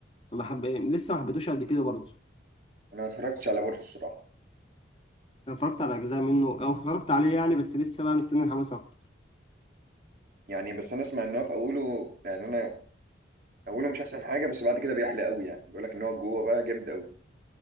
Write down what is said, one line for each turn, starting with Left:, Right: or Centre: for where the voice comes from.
Left: ما حب... لسه ما حبيتوش قد كده برضه
Right: انا ما اتفرجتش على بورتو الصراحه
Left: انا اتفرجت على اجزاء منه او اتفرجت عليه يعني بس لسه بقى مستني الحماس اكتر
Right: يعني بس انا اسمع ان هو في اوله يعني انا اوله مش احسن حاجه بس بعد كده بيحلى قوي يعني بيقول لك ان هو جوه بقى جامد قوي